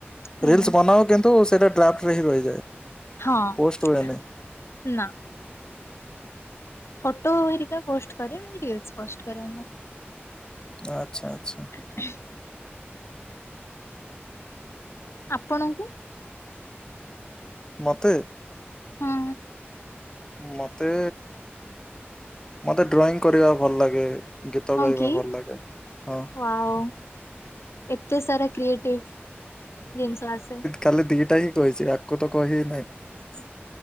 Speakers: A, on the left; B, on the left.
A: ହୁଁ
B: ରିଲ୍ସ ବନାଉ କିନ୍ତୁ ସେଇଟା <unintelligible> ରହିଯାଏ।
A: ହଁ
B: ପୋଷ୍ଟ ହୁଏନି।
A: ନା। ଫଟୋହେରିକା ପୋଷ୍ଟ କରେ ରିଲ୍ସ୍ ପୋଷ୍ଟ କରେନି।
B: ଆଚ୍ଛା ଆଚ୍ଛା।
A: <inaudible> ଆପଣଙ୍କୁ?
B: ମୋତେ।
A: ହଁ
B: ମତେ ମତେ ଡ୍ରଇଂ କରିବାକୁ ଭଲ ଲାଗେ। ଗୀତ ଗାଇବା
A: କି
B: ଭଲ ଲାଗେ ହଁ।
A: ହଁ ଏତେ ସାରା କ୍ରିଏଟିଭ୍ ଜିନିଷ ଆସେ।
B: କାଲି ଦିଟାହିଁ କହିଚି ଆକୁତ କହି ନାହିଁ।